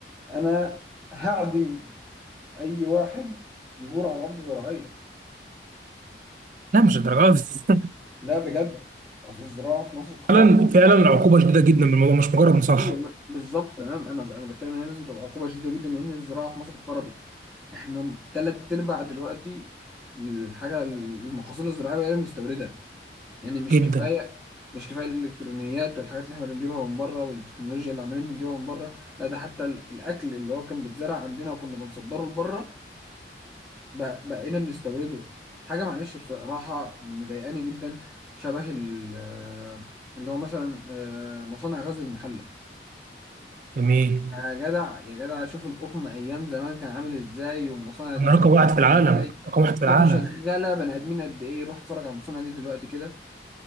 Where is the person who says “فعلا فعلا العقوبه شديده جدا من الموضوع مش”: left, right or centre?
Right